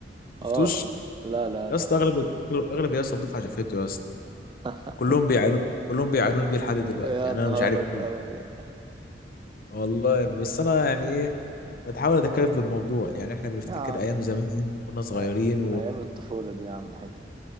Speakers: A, on the right; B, on the left.
A: اه
B: شفتوش
A: اه لا لا
B: يا
A: لا
B: اسطى اغلب اغلب اغلب يا اسطى الدفعه شافته يا اسطى
A: <laughs>
B: كلهم بيعانون كلهم بيعانوني بيه لحد دلوقتي
A: يا
B: يعني
A: نهارك
B: انا مش عارف ليه
A: أبيض
B: والله يا ابني بس انا يعني ايه بتحاول اتكيف بالموضوع يعني احنا بنفتكر
A: يا عمي
B: ايام زمان يوم كنا صغيرين
A: أ- أيام الطفولة دي يا عم الحاج